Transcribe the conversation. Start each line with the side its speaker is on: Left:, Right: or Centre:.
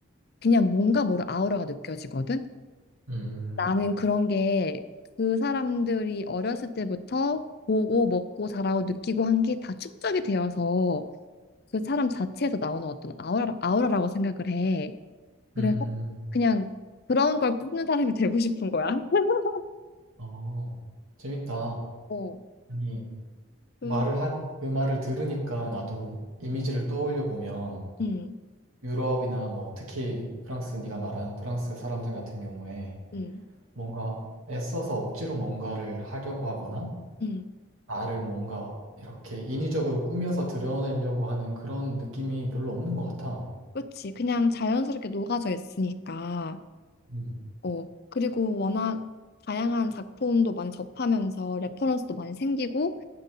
Left: 그냥 뭔가 모를 아우라가 느껴지거든?
Right: 음,
Left: 나는 음, 그런 게 그 사람들이 어렸을 때부터 보고 먹고 자라고 느끼고 한 게 다 축적이 되어서 그 사람 자체에서 나오는 어떤 아우라, 아우라라고 생각을 해. 그래서
Right: 음,
Left: 그냥 그런 걸 뿜는 사람이 <laughs> 되고 싶은 거야. <laughs>
Right: 어, 재밌다.
Left: 어,
Right: 아니,
Left: 그,
Right: 말을 하, 그 말을 들으니까 나도 이미지를 떠올려 보면
Left: 음,
Right: 유럽이나 뭐 특히 프랑스, 네가 말한 프랑스 사람들 같은 경우에
Left: 음,
Right: 뭔가 애써서 억지로 뭔가를 하려고 하거나
Left: 음.
Right: 나를 뭔가 이렇게 인위적으로 꾸며서 드러내려고 하는 그런 느낌이 별로 없는 것 같아.
Left: 그치. 그냥 자연스럽게 녹아져 있으니까.
Right: 음,
Left: 어, 그리고 워낙 다양한 작품도 많이 접하면서 레퍼런스도 많이 생기고,